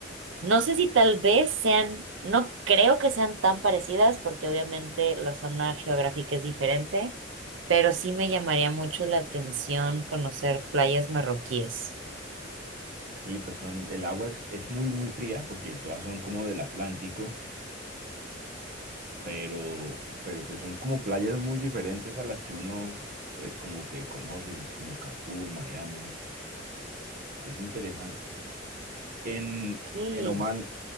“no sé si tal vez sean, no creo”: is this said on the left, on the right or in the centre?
Right